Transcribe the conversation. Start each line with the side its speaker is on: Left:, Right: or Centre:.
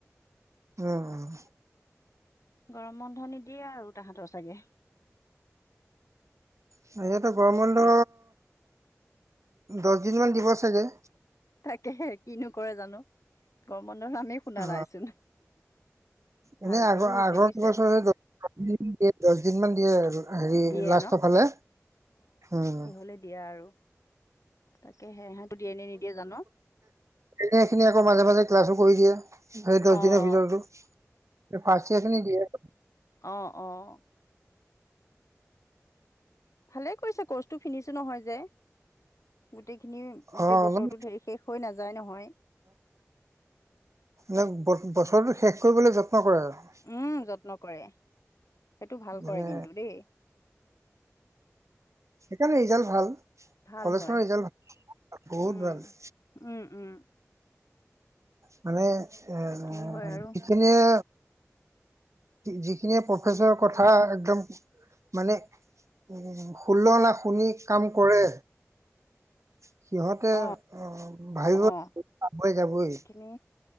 Right: উম।
Left: গৰম বন্ধ নিদিয়ে আৰু তাহাঁতৰ চাগে?
Right: সিহঁত গৰম বন্ধ
Left: দিয়ে,
Right: দশ দিনমান দিব চাগে।
Left: তাকেহে কিনো কৰে জানো, গৰম বন্ধত আমি শুনা
Right: অ
Left: নাইচোন,
Right: এনে
Left: ভালেই
Right: আগৰ
Left: হৈছে
Right: আগৰ
Left: বুজিছে।
Right: বছৰে দহ দিয়ে দশ দিনমান দিয়ে হেৰি
Left: দিয়ে
Right: লাষ্টৰ ফালে উম।
Left: হলে দিয়া আৰু, তাকেহে ইহঁত দিয়ে নে নিদিয়ে জানো?
Right: সে সেইখিনি আকৌ মাজে মাজে ক্লাছো কৰি দিয়ে। সেই দশ
Left: অ',
Right: দিনৰ ভিতৰটো, ফাৰ্ষ্টইযাৰ খিনি দিয়ে।
Left: অঁ অঁ। ভালে কৰিছে কৰ্চটো ফিনিচো নহয় যে, গোটেই খিনি গোটেই
Right: অ
Left: বছৰতো
Right: অলপ
Left: ধৰি শেষ হৈ নাযায় নহয়।
Right: নে বছৰটো শেষ কৰিবলৈ যত্ন কৰে আৰু।
Left: উম যত্ন কৰে, সেইটো ভাল
Right: মানে
Left: কৰে কিন্তু দেই।
Right: সেইকাৰণে ৰিজাল ভাল।
Left: ভাল
Right: কলেজ
Left: হয়
Right: খনৰ ৰিজাল্ট বহুত
Left: উম
Right: ভাল।
Left: উম উম।
Right: মানে
Left: তাকে
Right: এ
Left: কি হয় আৰু
Right: যিখিনিয়ে যিখিনিয়ে প্ৰফেচৰ কথা একদম মানে উম হুলনা শুনি কাম কৰে, সিহঁতে অঁ
Left: অ
Right: ভাবিব
Left: অ
Right: যাবই।
Left: খিনি